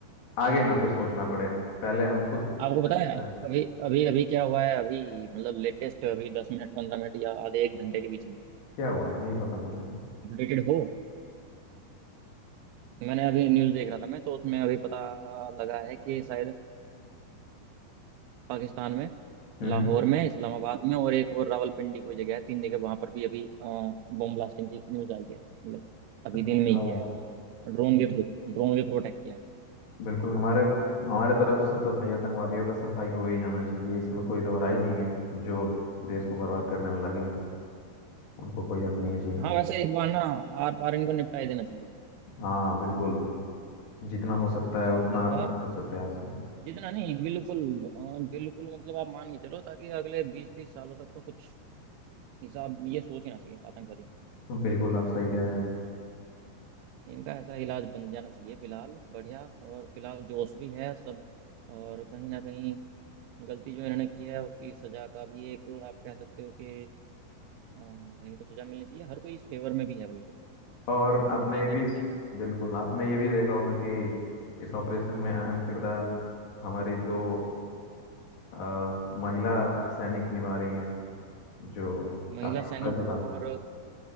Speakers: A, on the left; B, on the right.
A: आगे ना फिर सोचना पड़े पहले हम खुद देख
B: आपको पता है
A: रहे हैं।
B: अभी अभी अभी क्या हुआ है अभी मतलब लेटेस्ट अभी दस मिनट पंद्रह मिनट या आधे एक घंटे के बीच में
A: क्या हुआ नहीं पता मुझे अभी तक।
B: अपडेटेड हो तो मैंने अभी न्यूज़ देख रहा था मैं तो उसमें अभी पता लगा है कि शायद अ, पाकिस्तान में
A: हम्म
B: लाहौर में इस्लामाबाद में और एक और रावलपिंडी कोई जगह है तीन जगह वहां पर भी अभी बम ब्लास्टिंग की न्यूज़ आई है मतलब अभी
A: अच्छा
B: दिन में ही किया है ड्रोन के थ्रू ड्रोन के थ्रू अटैक किया है
A: बिल्कुल हमारे हमारे तरफ से तो भाई आतंकवादियों का सफाई हो ही जाना चाहिए इसमें कोई दोहराई नहीं है जो देश को बर्बाद करने में लगे हैं। उनको कोई अपनी एज ही नहीं
B: हाँ वैसे इस बार ना आर पार इनको निपटा ही देना चाहिए
A: हाँ बिल्कुल जितना हो सकता है उतना
B: इस
A: अपनी
B: बार
A: तरफ से प्रयास करें
B: जितना नहीं बिल्कुल अ, बिल्कुल मतलब आप मान के चलो ताकि अगले बीस तीस सालों तक तो कुछ हिसाब ये सोच ही ना सके आतंकवादी
A: बिल्कुल आप सही कह रहे हैं
B: इनका ऐसा इलाज बन जाना चाहिए फिलहाल बढ़िया और फिलहाल जोश भी है सब और कहीं ना कहीं गलती जो इन्होंने की है उसकी सजा का भी एक आप कह सकते हो कि अ, इनको सजा मिलनी चाहिए हर कोई इस फेवर में भी है बल्कि
A: और आपने
B: मुझे
A: ये
B: ऐसा
A: भी
B: लगता है ना
A: बिल्कुल आपने ये भी देखा होगा कि इस ऑपरेशन में अहम किरदार हमारी दो अ, महिला सैनिक निभा रही हैं जो
B: महिला
A: काफी
B: सैनिक
A: उम्दा की
B: और
A: बात है।